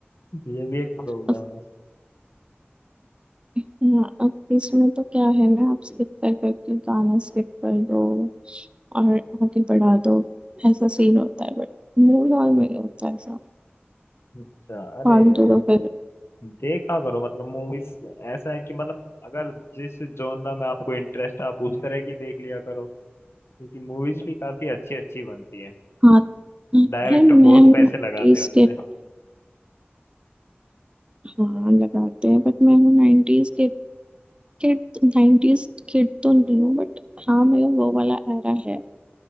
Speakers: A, on the left; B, on the right.
A: ये भी एक प्रॉब्लम
B: अब
A: है
B: हाँ अब इसमें तो क्या है ना आप स्किप कर करके गाना स्किप कर दो और आगे बढ़ा दो ऐसा सीन होता है बट मूवी हॉल में नहीं होता ऐसा
A: अच्छा अरे
B: फालतू का फिर
A: देखा करो मतलब मूवीज ऐसा है कि मतलब अगर जिस जॉनरा में आपको इंटरेस्ट है आप उस तरह की देख लिया करो क्योंकि मूवीज भी काफी अच्छी अच्छी बनती हैं
B: हाँ हाँ,
A: डायरेक्टर
B: मैं
A: बहुत
B: हूँ
A: पैसे
B: 90s
A: लगाते हैं उनमें
B: के हाँ लगाते हैं बट मैं हूँ 90s kid kid 90s kid तो नहीं हूँ बट हाँ मेरा वो वाला एरा है